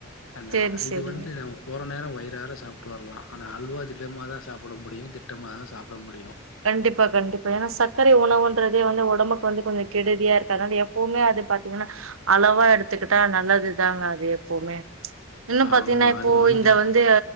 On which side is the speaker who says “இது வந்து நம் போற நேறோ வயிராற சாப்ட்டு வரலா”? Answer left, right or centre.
Left